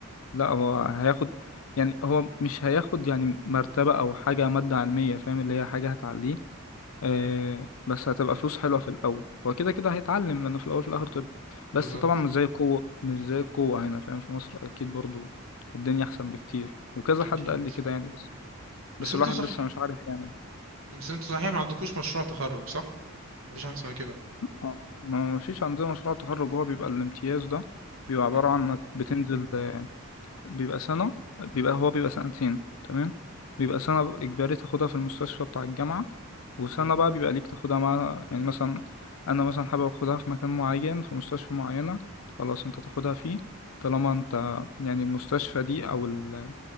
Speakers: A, on the left (about 70°); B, on the right (about 65°).
A: لا هو هياخد يعني هو مش هياخد يعني مرتبه او حاجه ماده علميه فاهم اللي هي حاجه هتعليه آه،
B: مم.
A: بس هتبقى فلوس حلوة في الأول هو كده كده هيتعلم لأنه في الأول وفي الآخر طب بس
B: بالظبط
A: طبعا مش زي القوة مش زي القوة هنا فاهم في مصر أكيد برضو الدنيا أحسن بكتير وكذا
B: اكيد
A: حد قال لي كده يعني بس
B: بس
A: بس
B: انتوا
A: الواحد
B: صح
A: لسه مش عارف يعني
B: بس انتوا صحيح ما عندكوش مشروع تخرج صح مفيش حاجة اسمها كده
A: ما ما فيش عندنا مشروع تخرج هو بيبقى الامتياز ده بيبقى عبارة
B: مم.
A: عن إنك بتنزل بيبقى سنة بيبقى هو بيبقى سنتين تمام بيبقى سنة إجباري تاخدها في المستشفى بتاع الجامعة وسنة
B: مم.
A: بقى بيبقى ليك تاخدها مع يعني مثلا أنا مثلا حابب أخدها في مكان معين في مستشفى معينة خلاص أنت تاخدها فيه طالما أنت يعني المستشفى دي أو ال-